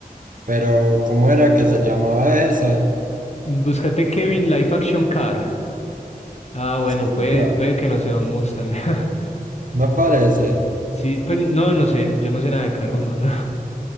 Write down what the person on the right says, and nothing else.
Pero, ¿cómo era que se llamaba esa?
Sí,
otra.
No parece.